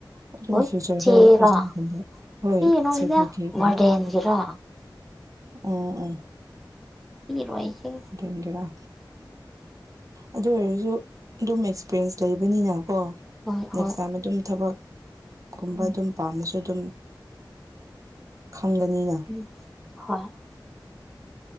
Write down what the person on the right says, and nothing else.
ꯑꯗꯨꯝ
ꯐ꯭ꯌꯨꯆꯔꯗ
ꯑꯣꯖꯥꯒꯨꯝꯕ ꯍꯣꯏꯇꯒꯕ
ꯑꯣ ꯑ
<unintelligible> ꯒꯔꯥ ꯑꯗꯨ ꯑꯣꯏꯔꯁꯨ ꯑꯗꯨꯝ ꯑꯦꯛꯁꯄꯤꯔꯦꯟꯁ ꯂꯩꯕꯅꯤꯅꯀꯣ
ꯅꯦꯛꯁ
ꯇꯥꯏꯝ ꯑꯗꯨꯝ ꯊꯕꯛꯀꯨꯝꯕ
ꯑꯗꯨꯝ ꯄꯥꯝꯃꯦ ꯁꯨ ꯑꯗꯨꯝ ꯈꯪꯒꯅꯤꯅ